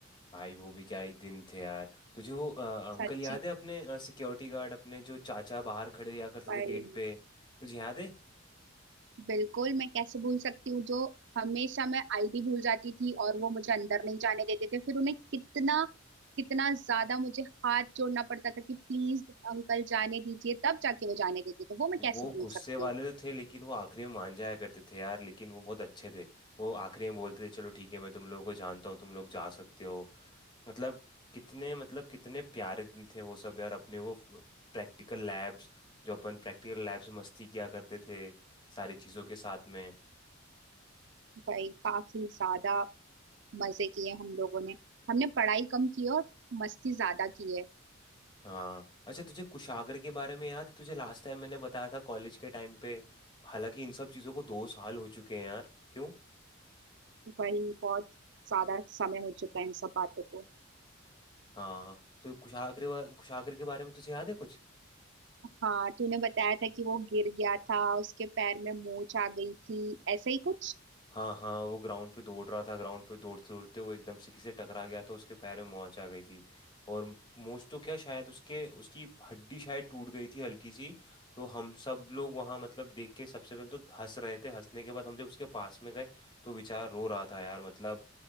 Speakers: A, on the left; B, on the right.
A: भाई वो भी क्या ही दिन थे यार तुझे वो अ, अंकल
B: सच्ची
A: याद है अपने सिक्योरिटी गार्ड अपने जो चाचा बाहर खड़े रहा करते
B: भाई
A: थे गेट पे तुझे याद है
B: बिल्कुल मैं कैसे भूल सकती हूँ जो हमेशा मैं आईडी भूल जाती थी और वो मुझे अंदर नहीं जाने देते थे फिर उन्हें कितना कितना ज्यादा मुझे हाथ जोड़ना पड़ता था कि प्लीज अंकल जाने दीजिए तब जाके वो जाने देते थे वो मैं
A: वो
B: कैसे भूल
A: गुस्से
B: सकती
A: वाले
B: हूँ
A: तो थे लेकिन वो आखिरी में मान जाया करते थे यार लेकिन वो बहुत अच्छे थे वो आखिरी में बोलते थे चलो ठीक है मैं तुम लोगों को जानता हूँ तुम लोग जा सकते हो मतलब कितने मतलब कितने प्यारे दिन थे वो सब यार अपने वो प्रैक्टिकल लैब्स जो अपन प्रैक्टिकल लैब्स में मस्ती किया करते थे सारी चीज़ों के साथ में
B: भाई काफी ज्यादा मजे किए हम लोगों ने हमने पढ़ाई कम की है और मस्ती ज्यादा की है
A: हाँ अच्छा तुझे कुशाग्र के बारे में याद है तुझे लास्ट टाइम मैंने बताया था कॉलेज के टाइम पे हालांकि इन सब चीज़ों को दो साल हो चुके हैं यार क्यों
B: भाई बहुत ज्यादा समय हो चुका है इन सब बातों को
A: हाँ तो कुशाग्र कुशाग्र के बारे में तुझे याद है कुछ
B: हाँ तूने बताया था कि वो गिर गया था उसके पैर में मोच आ गई थी ऐसा ही कुछ
A: हाँ हाँ वो ग्राउंड पे दौड़ रहा था ग्राउंड पे दौड़ते दौड़ते वो एकदम से किसी से टकरा गया था उसके पैर में मोच आ गई थी और मोच तो क्या शायद उसके उसकी हड्डी शायद टूट गई थी हल्की सी तो हम सब लोग वहाँ मतलब देख के सबसे पहले तो हंस रहे थे हंसने के बाद हम जब उसके पास में गए तो बेचारा रो रहा था यार मतलब